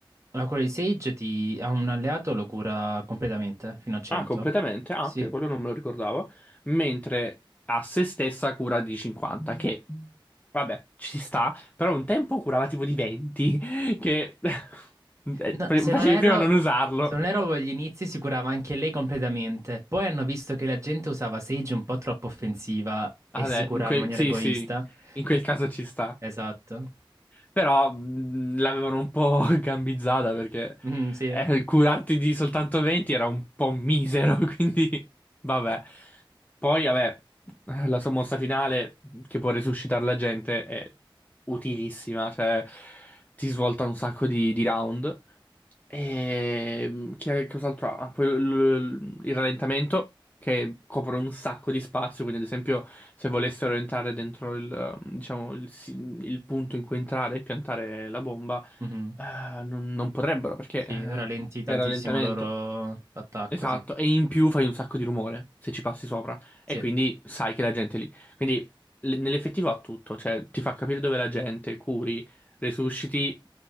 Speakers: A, on the right (about 35°); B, on the left (about 15°).
A: la cura di Sage ti, a un alleato lo cura completamente, fino a 100.
B: Ah, completamente? Ah,
A: Sì.
B: ok, quello non me lo ricordavo. Mentre a se stessa cura di 50, che vabbè, ci sta, però un tempo curava tipo di 20, che <laughs> eh,
A: No, se
B: facevi
A: non erro,
B: prima a non usarlo.
A: se non erro agli inizi si curava anche lei completamente. Poi hanno visto che la gente usava Sage un po' troppo offensiva e
B: Vabbè,
A: si curava
B: in quel...
A: in maniera
B: sì,
A: egoista.
B: sì, in quel
A: E-
B: caso ci sta.
A: Esatto.
B: Però mh, l'avevano un po' <laughs> gambizzata perché
A: Mhm, sì.
B: eh, curarti di soltanto 20 era un po' misero, <laughs> quindi vabbè. Poi, vabbè, eh, la sommossa finale mhmm, che può resuscitare la gente è utilissima, cioè ti svolta un sacco di, di round. E che cos'altro ha? Poi l- l- il rallentamento che copre un sacco di spazio, quindi ad esempio se volessero entrare dentro il, eh, diciamo, il, si- il punto in cui entrare e piantare la bomba,
A: Mhm.
B: eh, non, non potrebbero perché
A: Sì,
B: eh,
A: rallentì tantissimo
B: è rallentamento.
A: il loro attacco,
B: Esatto,
A: sì.
B: e in più fai un sacco di rumore se ci passi sopra
A: Sì.
B: e quindi sai che la gente è lì. Quindi l- nell'effettivo ha tutto, cioè ti fa capire dove è la gente, curi, resusciti,